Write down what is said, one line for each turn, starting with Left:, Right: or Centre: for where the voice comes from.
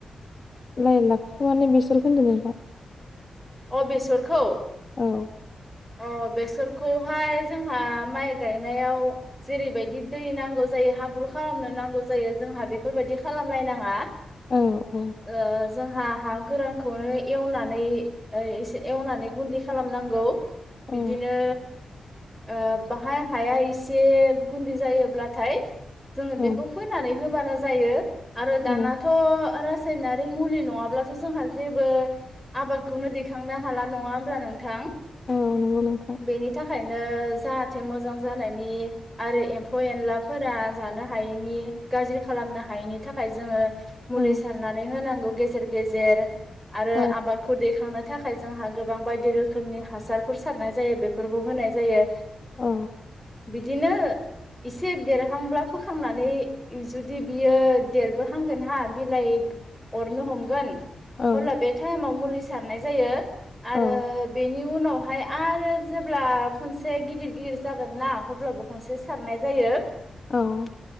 Left: लाइ लाफाखौ माने बेसरखौ होनदों नोंथां
Centre: अ बेसरखौ
Left: औ
Centre: अ बेसरखौहाय जोंहा माइ गायनायाव जेरैबायदि दै नांगौ जायो हाब्रु खालामनो नांगौ जायो जोंहा बेफोरबायदि खालामलायनाङा
Left: औ औ
Centre: ओ जोंहा हा गोरानखौनो एवनानै ओ एसे एवनानै गुन्दि खालामनांगौ
Left: औ
Centre: बिदिनो ओ बाहाय हाया एसे गुनदै जायोब्लाथाय जोङो
Left: औ
Centre: बेखौ फोनानै होबानो जायो आरो
Left: औ
Centre: दानाथ' थ' रासायनारि मुलि नङाब्लाथ' जोंहा जेबो आबाद बेखौनो दैखांनो हाला नङा होमब्ला नोंथां
Left: औ नंगौ नोंथां
Centre: बेनि थाखायनो जाहाथे मोजां जानायनि आरो एम्फौ एनलाफोरा जानो हायैनि गाज्रि खालामनो हायैनि थाखाय जोङो मुलि
Left: औ
Centre: सारनानै होनांगौ गेजेर गेजेर आरो
Left: औ
Centre: आबादखौ दैखां नो थाखाय जोंहा गोबां बायदि रोखोमनि हासारफोर सारनाय जायो बेफोरखौ होनाय जायो
Left: औ
Centre: बिदिनो इसे देरहांब्ला फोखांनानै जुदि बियो देरबोहांगोन हा बिलाइ हरनो हमगोन
Left: औ
Centre: अब्ला बे टाइमाव मुलि सारनाय जायो आरो
Left: औ
Centre: बेनि उनावहाय आरो जेब्ला खनसे गिदिर गिदिर जागोन ना अब्ला बे खनसे सारनाय जायो
Left: औ